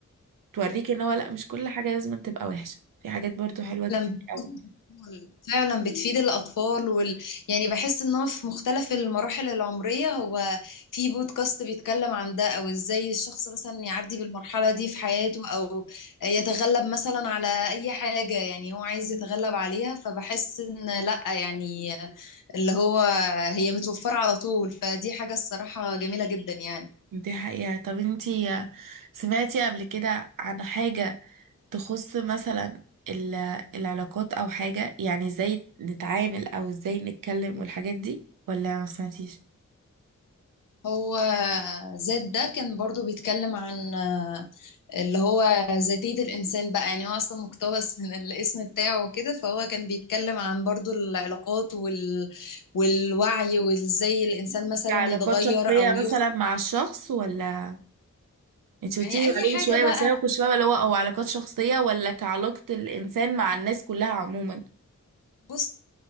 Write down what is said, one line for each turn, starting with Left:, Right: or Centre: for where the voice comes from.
Right: بتوريك ان هو لا مش كل حاجه لازم تبقى وحشه في حاجات برضو حلوه كتير
Left: فعلا بتفيد
Right: قوي
Left: الأطفال فعلا بتفيد الأطفال وال... يعني بحس إن هو في مختلف المراحل العمرية هو في بودكاست بيتكلم عن ده أو إزاي الشخص مثلا يعدي بالمرحلة دي في حياته أو يتغلب مثلا على أي حاجة يعني هو عايز يتغلب عليها فبحس إن لأ يعني اللي هو هي متوفرة على طول فدي حاجة الصراحة جميلة جدا يعني
Right: دي حقيقة طب انتي سمعتي قبل كده عن حاجة تخص مثلا ال- العلاقات او حاجة يعني ازاي نتعامل او ازاي نتكلم والحاجات دي ولا ما سمعتيش
Left: هو ذات ده كان برضو بيتكلم عن آه، اللي هو ذاتية الإنسان بقى يعني هو أصلا مقتبس <laughs> من الاسم بتاعه وكده فهو كان بيتكلم عن برضو العلاقات وال... والوعي وإزاي الإنسان مثلا
Right: علاقات
Left: يتغير
Right: شخصية
Left: أو
Right: مثلا
Left: يخطئ
Right: مع الشخص ولا انتي
Left: يعني
Right: قلتيلي
Left: أي
Right: عليه
Left: حاجة
Right: من شوية
Left: بقى
Right: بس انا كنت فاهمة اللي هو او علاقات شخصية ولا كعلاقة الانسان مع الناس كلها عموما
Left: بص